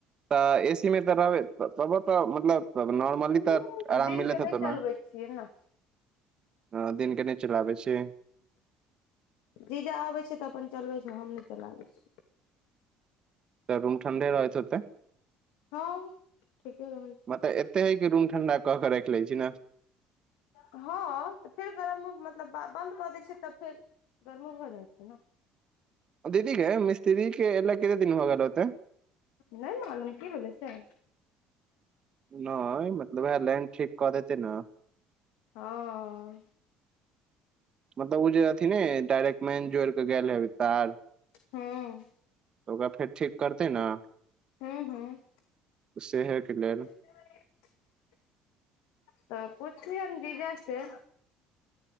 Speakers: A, on the right; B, on the left.
A: तऽ एसी मे तऽ रहबै तबो तऽ मतलब म नॉर्मली
B: हूँ
A: तऽ आराम
B: दिनके
A: मिलैत
B: नहि
A: होतो
B: चलबै
A: ने।
B: छियै ने
A: ह दिनके नहि चलाबै छीही।
B: जीजा आबै छैय तऽ अपन चलबै छैय हम नहि चलाबै छी।
A: तऽ रूम ठंडे रहै हेतै
B: हँ ठीके रहै छै
A: मत एते हय के रूम ठंडा क के राखि लै छी ने।
B: हँ फेर गरम मतलब बन्द कऽ दै छीयै तऽ फेर गरमो भ जाइ छैय ने।
A: दीदीे गे मिस्त्री के एला कतेक दिन हो गेल हेतै।
B: नहि मालूम की भेलै से?
A: नहि मतलब उएह लाइन ठीक कऽ देतै ने।
B: हँ अऽ
A: मतलब ओ जे अथी ने डायरेक्ट मेन जोड़ कऽ गेल हेबय तार।
B: हूँ
A: ओकरा फेर ठीक करतै ने।
B: हूँ हूँ
A: सेहे के लेलऽ।
B: <inaudible> तऽ पुछयैन जीजा से।